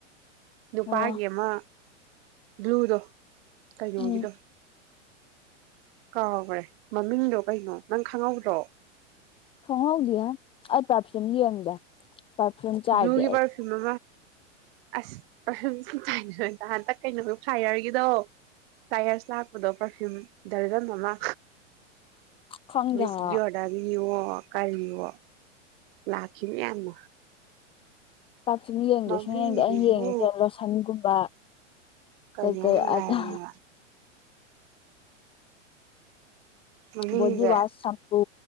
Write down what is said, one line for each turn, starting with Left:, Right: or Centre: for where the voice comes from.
Right: ꯅꯨꯄꯥꯒꯤ
Left: ꯑꯣ
Right: ꯑꯃ ꯕ꯭ꯂꯨꯗꯣ ꯀꯩꯅꯣꯒꯤꯗꯣ
Left: ꯎꯝ
Right: ꯀꯥꯎꯈꯔꯦ ꯃꯃꯤꯡꯗꯣ ꯀꯩꯅꯣ ꯅꯪ ꯈꯪꯍꯧꯗ꯭ꯔꯣ
Left: ꯈꯪ ꯍꯧꯗꯤꯌꯦ ꯑꯩ ꯄ꯭ꯔꯐꯤꯝ ꯌꯦꯡꯗꯦ ꯄꯔꯐ꯭ꯌꯨꯝ ꯆꯥꯏꯗꯦ
Right: ꯕ꯭ꯂꯨꯒꯤ
Left: ꯑꯩ
Right: ꯄ꯭ꯔꯐꯤꯝ ꯂꯣ ꯑꯁ ꯄ꯭ꯔꯕꯐꯤꯝ ꯍꯟꯇꯛ ꯀꯩꯅꯣ ꯍꯥꯏ ꯌꯥꯔꯒꯤꯗꯣ ꯇꯥꯏꯌꯔꯁ ꯂꯥꯛꯄꯗꯣ ꯄꯔꯐ꯭ꯌꯨꯝ ꯗꯔꯖꯟ ꯑꯃ
Left: ꯈꯪꯗꯦ
Right: ꯃꯤꯁ
Left: ꯍꯥꯏꯕ
Right: ꯖꯤꯌꯣꯗꯔꯅꯤ ꯌꯦꯡꯉꯣ ꯑꯣ ꯀꯔꯤꯔꯣ ꯂꯥꯛꯈꯤꯕꯅꯤ ꯌꯥꯝꯅ
Left: ꯄ꯭ꯔꯐꯤꯝ ꯌꯦꯡꯗꯦ
Right: ꯃꯃꯤꯡꯗꯨꯕꯨ
Left: ꯁꯨ ꯌꯦꯡ ꯌꯦꯡꯗꯦ ꯑꯩꯅ ꯌꯦꯡꯉꯤꯁꯦ ꯂꯣꯁꯟꯒꯨꯝꯕ
Right: ꯀꯩꯅꯣꯝ
Left: ꯀꯩ ꯀꯩ
Right: ꯍꯥꯏꯕꯅꯦꯕ
Left: ꯑꯇꯥ
Right: ꯃꯃꯤꯡꯁꯦ
Left: ꯕꯣꯗꯤ ꯋꯥꯁ ꯁꯝꯄꯨ